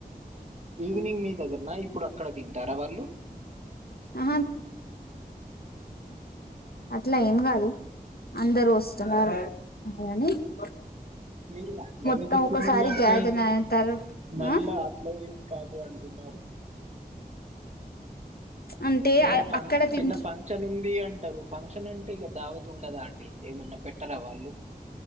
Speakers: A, on the right; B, on the left.
A: ఈవినింగ్ మీ దగ్గరనా ఇప్పుడు అక్కడ దింటారా వాళ్ళు
B: అహ అట్లా ఏం గాదు అందరూ వస్తున్నారు <unintelligible>
A: మీరు అట్లనే
B: మొత్తం
A: చెప్పి
B: ఒకసారి
A: మళ్ళా అట్లే
B: గ్యాదర్ అయిన తర్వా
A: మళ్ళా
B: ఆ
A: అట్ల ఏం కాదు అంటున్నారు
B: అంటే
A: చిన్న ఫన్
B: అక్కడ తిన్
A: చిన్న ఫంక్షన్ ఉంది అంటారు ఫంక్షన్ అంటే ఇగ దావత్ ఉండదా అండి ఏమన్నా పెట్టరా వాళ్ళు?